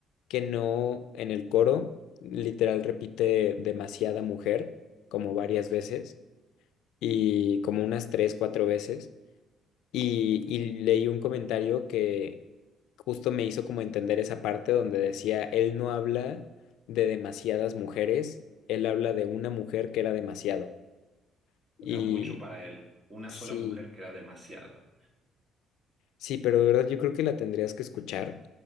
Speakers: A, on the left; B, on the right.
A: que no, en el coro, literal repite demasiada mujer, como varias veces, y como unas tres, cuatro veces. Y, y leí un comentario que justo me hizo como entender esa parte donde decía, él no habla de demasiadas mujeres, él habla de una mujer que era demasiado.
B: O
A: Y
B: sea, mucho para él. Una
A: sí,
B: sola mujer que era demasiado.
A: sí, pero de verdad yo creo que la tendrías que escuchar.